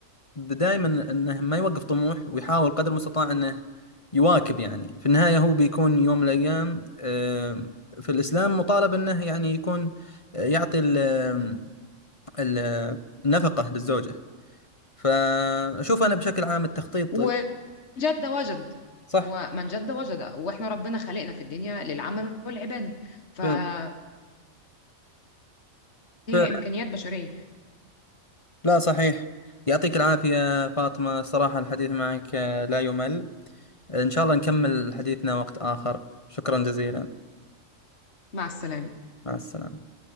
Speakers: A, on the left; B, on the left.
A: دائما انه ما يوقف طموح ويحاول قدر المستطاع انه يواكب يعني في النهاية هو بيكون يوم من الايام آه، في الاسلام مطالب انه يعني يكون آه، يعطي ال- آه، ال- النفقة للزوجة فاشوف انا بشكل عام التخطيط
B: وجد وجد
A: صح
B: ومن جد وجد واحنا ربنا خلقنا في الدنيا للعمل والعباده فهي
A: ف... ف...
B: امكانيات بشريه
A: لا صحيح يعطيك العافية فاطمة صراحة الحديث معك آه، لا يمل ان شاء الله نكمل حديثنا وقت اخر شكرا جزيلا
B: مع السلامه
A: مع السلامة